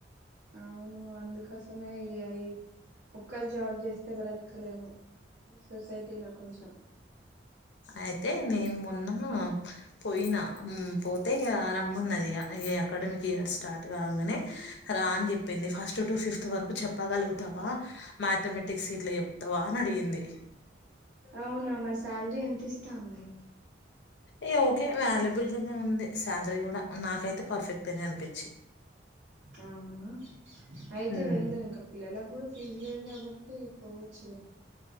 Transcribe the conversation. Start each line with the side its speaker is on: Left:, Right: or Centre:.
Right: అవును అందుకోసమే ఇయాయి ఒక్కలు జాబ్ చేస్తే బ్రతకలేము సొసైటీలో కొంచెం
Left: అయితే నేన్ మొన్న పోయినా హ్మ్ పోతే అరాం అమ్మ ఉన్నదిగా అయ్యేన్ అకాడమిక్ ఇయర్ స్టార్ట్ కాగానే రా అని చెప్పింది ఫస్ట్ టు ఫిఫ్త్ వరకు చెప్పగలుగుతావా మ్యాథమెటిక్స్ సీట్లు చెప్తావా అని అడిగింది
Right: అవునా మరి శాలరీ ఎంత ఎంతస్తామన్నారు
Left: ఇగ ఓకే వాల్యుబుల్ ఉంది శాలరీ కూడా నాకైతే పర్ఫెక్ట్ అని అనిపి
Right: అవునా అయితే
Left: ఉమ్,
Right: వెళ్ళు ఇంకా పిల్ల పిల్లలకు కూడా ఫీజు లేదు కాబట్టి పోవచ్చులే